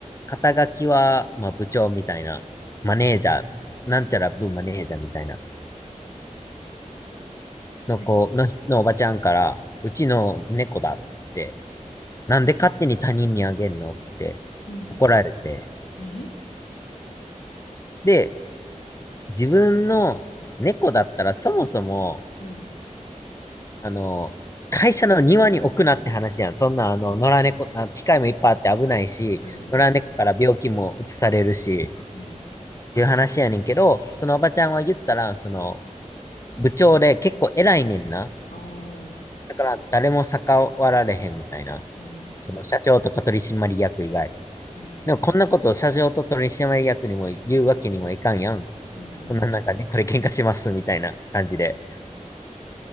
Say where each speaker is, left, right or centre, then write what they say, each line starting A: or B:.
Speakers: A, on the left (about 25°); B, on the left (about 80°).
A: 肩書きは、まあ部長みたいな、マネージャー、
B: うん、
A: なんちゃら部マネージャーみたいな、の子の、
B: はい、
A: のおばちゃんから、うちの猫だって、なんで勝手に他人にあげんのって怒られて、
B: うん、え
A: で、自分の猫だったらそもそも、
B: うん、
A: あの、会社の庭に置くなって話やん。そんな、あの、野良猫、あ、機械もいっぱいあって危ないし、
B: うん、うん、
A: 野良猫から病気も移されるし、
B: うん、
A: っていう話やねんけど、そのおばちゃんは言ったら、その、部長で結構偉いねんな。
B: ああ、
A: だから誰も逆らわれへんみたいな。
B: うん、
A: その社長とか取締役以外。
B: うん、
A: でもこんなことを社長と取締役にも言うわけにもいかんやん。
B: うん、うん、
A: そんななんかね、これ喧嘩しますみたいな感じで。
B: うん、